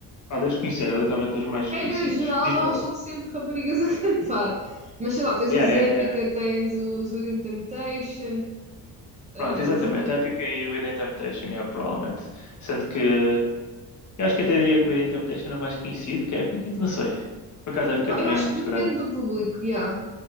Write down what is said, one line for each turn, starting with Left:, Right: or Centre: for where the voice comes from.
Left: Ah, deves conhecer, é literalmente dos mais
Right: Regra
Left: conhecidos.
Right: geral,
Left: Diz-me.
Right: elas são sempre raparigas a <laughs> cantar. Mas sei lá, tens
Left: Yeah,
Right: os
Left: yeah,
Right: Epica,
Left: yeah.
Right: tens os Within Temptation, ah,
Left: Pronto, exatamente.
Right: não sei quem.
Left: Epica e Within Temptation, yeah, provavelmente. Sendo que Eu acho que até diria que o Within Temptation é mais conhecido que Epic, não sei. Por acaso a Epic
Right: Epá,
Left: também
Right: eu acho
Left: é muito
Right: que depende
Left: grande.
Right: do público, yeah.